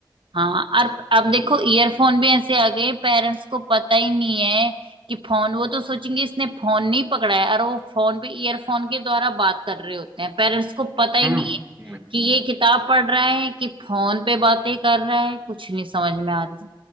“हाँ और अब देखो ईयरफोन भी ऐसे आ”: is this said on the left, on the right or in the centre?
Right